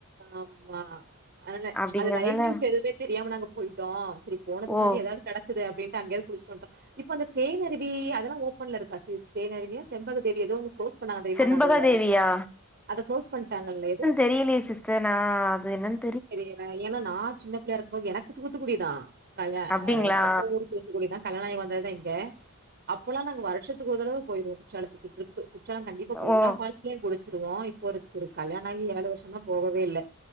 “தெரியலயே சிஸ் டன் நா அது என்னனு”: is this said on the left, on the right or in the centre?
Centre